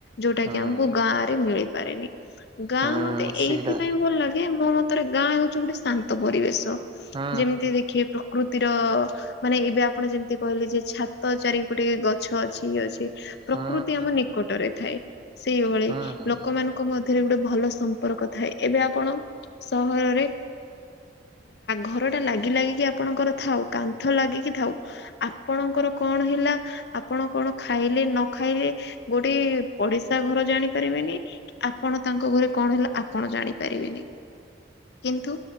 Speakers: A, on the left (about 60°); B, on the right (about 30°).
A: ଯୋଉଟା
B: ହୁଁ
A: କି ଆମକୁ ଗାଁ ରେ ମିଳିପାରେନି। ଗାଁ
B: ହୁଁ
A: ମତେ
B: ସେଇଟା
A: ଏଇଥିପାଇଁ ଭଲ ଲାଗେ ମୋ ମତରେ ଗାଁ ହଉଛି ଗୋଟେ ଶାନ୍ତ ପରିବେଶ।
B: ହୁଁ
A: ଯେମିତି ଦେଖିବେ ପ୍ରକୃତି ର ମାନେ ଏବେ ଆପଣ ଯେମିତି କହିଲେ ଯେ ଛାତ ଚାରିପଟେ ଗଛ ଅଛି ଇଏ ଅଛି। ପ୍ରକୃତି
B: ହୁଁ
A: ଆମ ନିକଟରେ ଥାଏ ସେଇଭଳି
B: ହୁଁ ହୁଁ ହୁଁ
A: ଲୋକମାନଙ୍କ ମଧ୍ୟ ରେ ଗୋଟେ ଭଲ ସମ୍ପର୍କ ଥାଏ ଏବେ ଆପଣ ସହରରେ ଘର ଟା ଲାଗି ଲାଗିକି ଆପଣଙ୍କର ଥାଉ କାନ୍ଥ ଲାଗିକି ଥାଉ ଆପଣଙ୍କର କଣ ହେଲା ଆପଣ କଣ ଖାଇଲେ ନ ଖାଇଲେ ଗୋଟେ ପଡିଶା ଘର ଜାଣିପାର ଆପଣ ତାଙ୍କ ଘରେ କଣ ହେଲା ଆପଣ ଜାଣିପାରିବେନି କିନ୍ତୁ